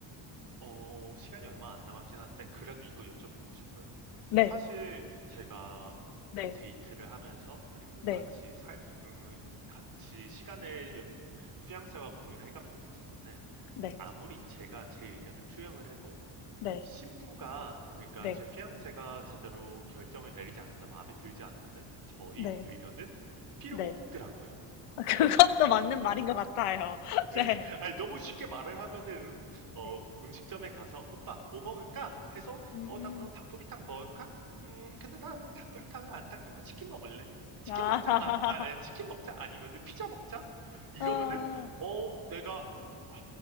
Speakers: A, on the right (about 45°); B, on the left (about 85°).
A: 어, 시간이 얼마 안 남았긴 한데 그래도 이거 여쭤보고 싶어요.
B: 네,
A: 사실 제가
B: 네,
A: 데이트를 하면서 그리고
B: 네,
A: 같이 삶을, 음, 같이 시간을 여- 양세와 공유를 해가면서 느낀 거는
B: 네,
A: 아무리 제가 제 의견을 투영을 해도
B: 네,
A: 신부가 그러니까
B: 네,
A: 제 fiance가 제대로 결정을 내리지 않거나 마음에 들지 않으면은 저희
B: 네,
A: 의견은 필요가
B: 네.
A: 없더라고요.
B: <laughs> 그것도 맞는 말인 것 같아요. <laughs>
A: 예. <laughs>
B: 네,
A: 아니, 너무 쉽게 말을 하면은, 음, 어,
B: 네.
A: 음식점에 가서, 오빠, 뭐 먹을까? 해서,
B: 음,
A: 어,
B: 음.
A: 나 그럼 닭도리탕 먹을까? 음, 근데 나 오늘 닭도리탕은 안 당기고 치킨 먹을래. 치킨
B: 아,
A: 먹자? 아, 아, 아니,
B: <laughs>
A: 치킨 먹자? 아니면은 피자 먹자? 이러면은,
B: 아,
A: 어, 내가, 아,